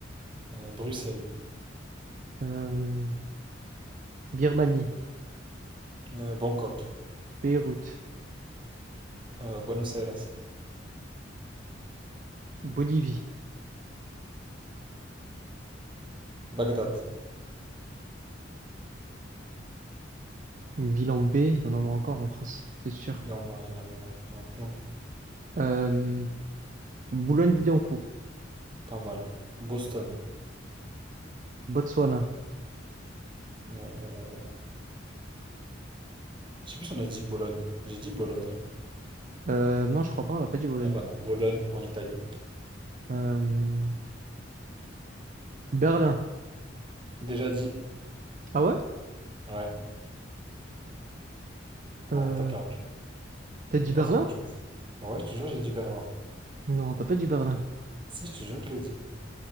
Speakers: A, on the right; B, on the right.
A: euh, Bruxelles.
B: euh, Birmanie,
A: euh, Bangkok.
B: Beyrouth,
A: euh, Buenos Aires.
B: Bolivie,
A: Bagdad.
B: une ville en B, il y en avoir encore en France, c'est sûr.
A: Il y en a, il y en a, il y en a, il y en a plein.
B: Euh, Boulogne-Billancourt,
A: Pas mal. Boston.
B: Botswana.
A: euh, Je sais plus si on a dit Bologne. J'ai dit Bologne. hein.
B: Euh, non, je crois pas, on l'a pas dit Bologne.
A: Ah bah non, Bologne en Italie.
B: Euh, Berlin.
A: Déjà dit.
B: Ah ouais?
A: Ouais, bon,
B: Euh,
A: t'as perdu.
B: t'as dit Berlin?
A: Passe à autre chose. Ouais, je te jure, j'ai dit Berlin.
B: Non, t'as pas dit Berlin.
A: Si, je te jure que je l'ai dit.